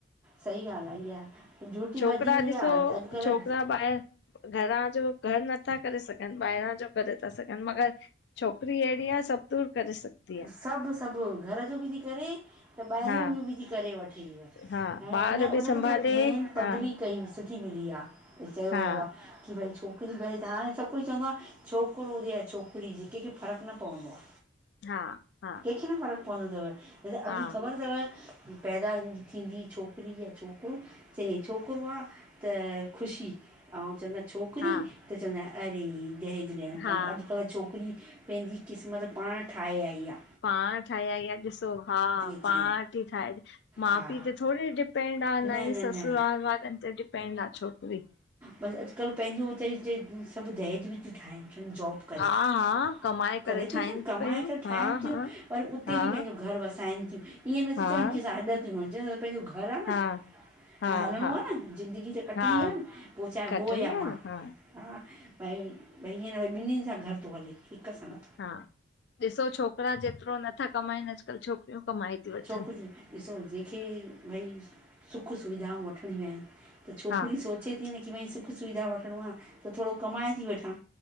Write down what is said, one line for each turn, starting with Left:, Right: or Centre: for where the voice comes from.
Right: सही ॻाल्ह आ इहा। ड्यूटी
Left: छोकरा
Right: वधी वई
Left: ॾिसो
Right: आहे अॼुकल्ह
Left: छोकरा ॿाहिर। घरां जो घर नथा करे सघन, ॿाहिरां जो करे था सघन मगर। छोकिरी अहिड़ी आहे सभु दूर करे सघंदी आहे
Right: सब सब घर जो बि थी करे। त ॿाहिरियों
Left: हा
Right: इ बि थी करे वठे
Left: हा
Right: हाणे
Left: ॿार
Right: उन उनखे
Left: बि संभाले
Right: त मेन। पदवी
Left: हा
Right: कई सुठी मिली आ चयो
Left: हा
Right: वयो आ की भई छो। भरे त हांय सभु कोई चवंदो आ छोकरो हुजे या छोकरी हुजे कंहिंखे फ़र्क न पवंदो आ।
Left: हा हा।
Right: किं फ़र्क़ पवंदो तव? जेसे अॻीं
Left: हा
Right: ख़बर तव। पैदा थींदी छोकिरी या छोकरो। चाहे छोकरो आ त ख़ुशी अऊं चवंदा छोक। किरी
Left: हा
Right: त चवंदा आहिन अरे दहेज ॾियणो
Left: हा
Right: पवंदो अॼु कल। किरी पंहिंजी क़िस्मत पाण ठाहे आई आ।
Left: पाण ठाए आई आ ॾिसो हा
Right: अचे
Left: पाण थी ठाहे माँ
Right: हा
Left: पीउ त थोड़ी डिप्। पेंड आ
Right: न
Left: ना ही
Right: न
Left: ससुरालवालन्ते
Right: न
Left: डिपेंड आ छोकरी।
Right: बस अॼुकल्ह पंहिंजो चइ चइ‌ सभ दहेज बि ती ठाहिन जॉब।
Left: हा।
Right: हा हा
Left: कमाए
Right: करे ती
Left: ठाहिनि
Right: अचन कमाए
Left: थी पयूं
Right: करे ठाहिन
Left: हा
Right: थियूं
Left: हा
Right: वरी उते
Left: हा
Right: बि पंहिंजो घर वसाइन थियूं। ईअं नथि
Left: हा
Right: चवन की असां हॾ थियूं‌ हज पंहिंजो घर आ न।
Left: हा हा
Right: हं हलणो
Left: हा
Right: आ न ज़िंदगी त कटणी
Left: हा
Right: आ न पो चाहे
Left: खटणी
Right: हो या
Left: आ
Right: मां।
Left: न हा
Right: हा भई भई ईअं न भई ॿिन्हिन सां घर थो हले हिक सां न।
Left: हा ॾिसो छोकरा जेतरो नथा कमाइन अॼुकल्ह छोकरियूं कमाए थी वठन।
Right: छोकिरियूं ॾिसो जंहिंखे भई सुख सुविधाऊं वठणियूं आहिन त छोकिरियूं
Left: हा
Right: सोच। अचे थी न की भई सुख सुविधा वठणो आ त थोड़ो कमाए थी वठां।